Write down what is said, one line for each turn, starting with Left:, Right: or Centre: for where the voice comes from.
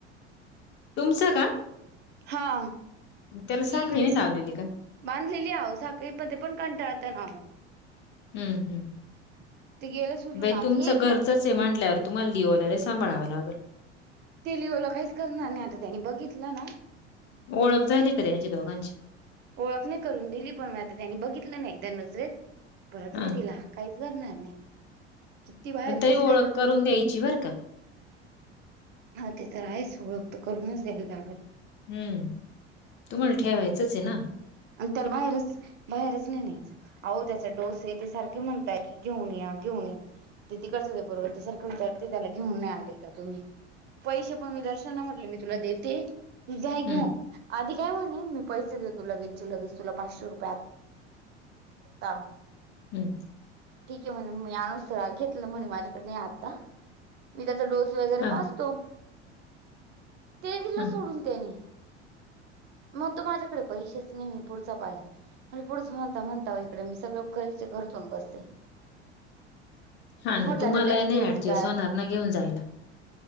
Left: तुमचं का.
Right: हा.
Left: त्याला
Right: येईल
Left: साखळी
Right: सुद्धा
Left: नाही लावलेली का.
Right: बांधलेली हव साखळी पण पण कंटाळता नाव.
Left: हम्म हम्म.
Right: <unintelligible>
Left: बाई तुमचं
Right: येईल
Left: घरचंच
Right: पण
Left: आहे म्हटल्यावर तुम्हाला लिव आला ते सांभाळावं लागेल.
Right: ते लिओला काहीच करणार नाही आता त्यांनी बघितलं ना.
Left: ओळख झाली का त्यांची दोघांची.
Right: ओळख नाही करून दिली पण म आता त्यांनी बघितलं ना एकदा नजरेत परत
Left: हां,
Right: नाही तिला काहीचं करणार नाही. किती बाहेर
Left: मग ते
Right: दिसला
Left: ओळख
Right: ना
Left: करून दयाची बरं का.
Right: हा ते तर हायच ओळख तर करून द्यायला लागलं
Left: हम्म, तुम्हाला ठेवायचंच आहे ना
Right: आणि त्यालाच बाहेरचं बाहेरचं नाही न्यायचं अहो त्याचा डोस ते सारखे म्हणताय कि घेऊन या घेऊन या <inaudible> पैसे पण मी दर्शन म्हटले मी तुला देते जायगं
Left: हं,
Right: आधी काय म्हणे मी पैसे देतो लगेच लगेच तुला पाचशे रुपये आता
Left: हम्म,
Right: ठीक आहे म्हणे मी असं घेतलं म्हणे माझ्याकडनं आता मी त्याचा डोस वगैरे
Left: हां,
Right: पाजतो ते दिलं
Left: हां.
Right: सोडून त्यांनी मग तू माझ्याकडे पैसे नाही म्हणे पुढचा पाहे म्हणे पुढचं म्हणता म्हणता इकडे मी सगळे पैसे खर्च करूबसते
Left: हा ना तुम्हाला
Right: आता त्याची
Left: नाही
Right: केस
Left: ऍडजस्ट
Right: गाळ
Left: होणार ना घेऊन जायला.